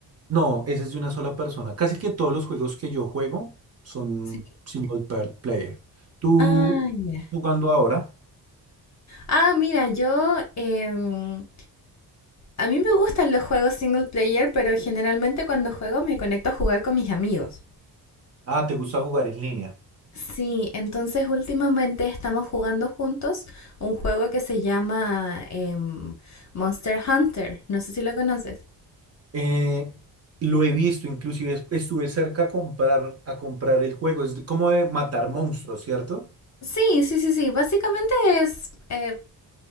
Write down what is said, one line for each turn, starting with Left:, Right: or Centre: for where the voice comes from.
Right: No, ese es de una sola persona. Casi que todos los juegos que yo juego son
Left: Sí.
Right: single pa- player. Tú
Left: Ah, ya.
Right: jugando ahora,
Left: Ah, mira, yo... em, a mí me gustan los juegos single player, pero generalmente cuando juego me conecto a jugar con mis amigos.
Right: ah, te gusta jugar en línea.
Left: Sí, entonces últimamente estamos jugando juntos un juego que se llama em, Monster Hunter. No sé si lo conoces.
Right: Eh, lo he visto, inclusive es- estuve cerca a comprar, a comprar el juego. Es de- como de matar monstruos, ¿cierto?
Left: Sí, sí, sí, sí. Básicamente es eh,